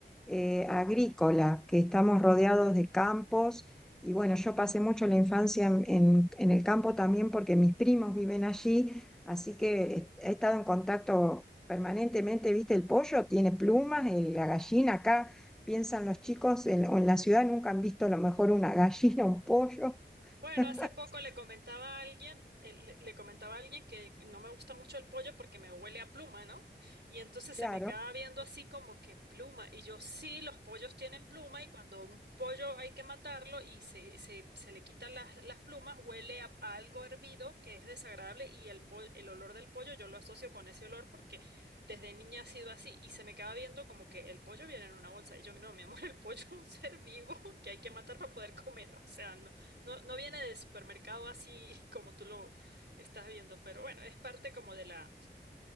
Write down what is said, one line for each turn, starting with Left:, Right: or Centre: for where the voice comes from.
Centre: eh, agrícola, que estamos rodeados de campos. Y bueno, yo pasé mucho la infancia en, en- en el campo también porque mis primos viven allí, así que he estado en contacto permanentemente, ¿viste? El pollo tiene plumas, el- la gallina acá, piensan los chicos, en, o en la ciudad nunca han visto a lo mejor una gallina, un pollo,
Right: Bueno,
Centre: <laughs>
Right: hace poco le comentaba a alguien, eh, le, le comentaba a alguien que no me gusta mucho el pollo porque me huele a pluma, ¿no? Y entonces se
Centre: claro.
Right: me quedaba viendo así como que pluma. Y yo, sí, los pollos tienen pluma y cuando un pollo hay que matarlo y se, se, se le quitan las, las plumas, huele a, a algo hervido que es desagradable y el, po- el olor del pollo yo lo asocio con ese olor porque desde niña ha sido así. Y se me quedaba viendo como que el pollo viene en una bolsa. Y yo, no, mi amor, el pollo es un <laughs> ser vivo que hay que matar para poder comer. O sea, no, no viene de supermercado así <laughs> como tú lo estás viendo, pero bueno, es parte como de la,